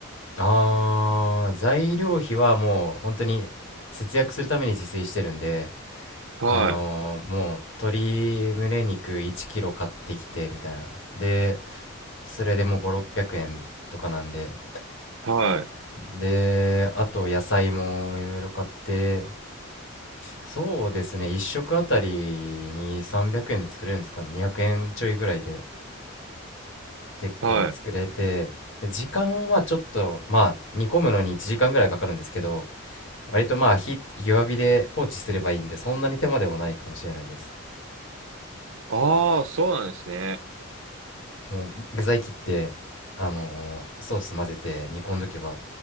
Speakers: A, on the left; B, on the right.
A: あー、材料費はもう本当に節約するために自炊してるんで、
B: はい、
A: あのーもう鶏胸肉1キロ買ってきてみたいな。で、それでもう5、600円とかなんで。
B: はい、
A: で、あと野菜もいろいろ買って、そうですね、1食あたりに300円で作れるんですかね、200円ちょいぐらいで結構作れて、
B: はい。
A: で時間はちょっと、まあ、煮込むのに1時間ぐらいかかるんですけど、割とまあ火、弱火で放置すればいいんで、そんなに手間でもないかもしれないです。
B: ああ、そうなんですね。
A: もう具材切って、あのーソース混ぜて煮込んどけば